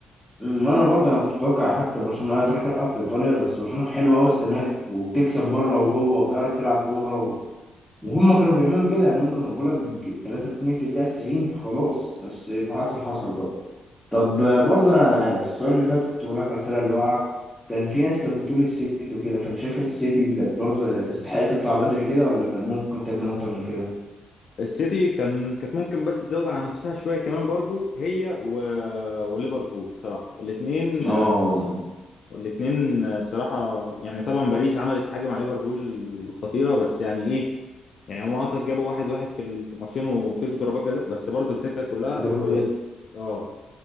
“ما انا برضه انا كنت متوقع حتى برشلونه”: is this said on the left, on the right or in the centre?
Centre